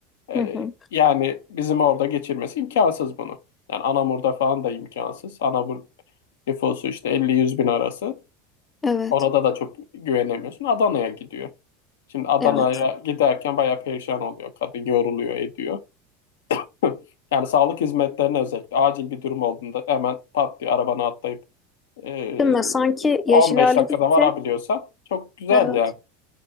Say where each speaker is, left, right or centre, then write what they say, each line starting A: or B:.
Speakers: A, on the left (about 80°); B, on the left (about 25°).
A: E,
B: Hı hı.
A: yani bizim orada geçirmesi imkansız bunu. Yani Anamur'da falan da imkansız. Anamur nüfusu işte 50-100 bin arası.
B: Evet.
A: Orada da çok güvenemiyorsun. Adana'ya gidiyor. Şimdi Adana'ya
B: Evet.
A: giderken bayağı perişan oluyor. Kadın yoruluyor, ediyor. <laughs> Yani sağlık hizmetlerine özellikle acil bir durum olduğunda hemen pat diye arabana atlayıp ee,
B: Değil mi? Sanki yaş
A: 15
B: ilerledikçe
A: dakikada varabiliyorsan çok güzel
B: evet.
A: ya.